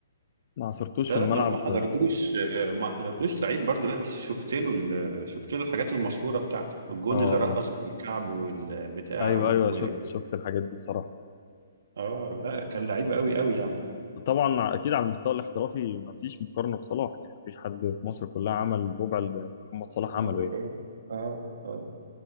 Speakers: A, on the left; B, on the right.
A: ما عصرتوش
B: لا
A: في الملعب
B: لا ما أنا ما حضرتوش
A: اه
B: آه، ما حضرتوش لعيب برضه لا بس شفت له ال... شفت له الحاجات المشهورة بتاعته والجون
A: اه
B: اللي رقص بالكعب والبتاع
A: ايوه
B: و...
A: ايوه شفت شفت الحاجات دي الصراحه
B: اه لا كان لعيب قوي قوي يعني
A: طبعا ع- اكيد على المستوى الاحترافي ما فيش مقارنه بصلاح يعني ما فيش حد في مصر كلها عمل ربع اللي محمد صلاح
B: اه
A: عمله يعني
B: اه آه.